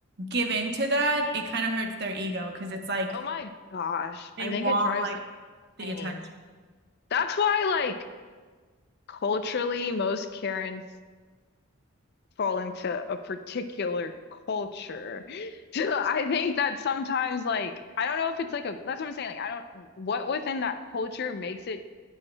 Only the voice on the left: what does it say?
Oh my gosh.
I
think it drives
them
insane.
That's why, like, culturally, most Karens fall into a particular culture. <laughs> So I think that sometimes, like, I don't know if it's like a, that's what I'm saying. Like, I don't, what within that culture makes it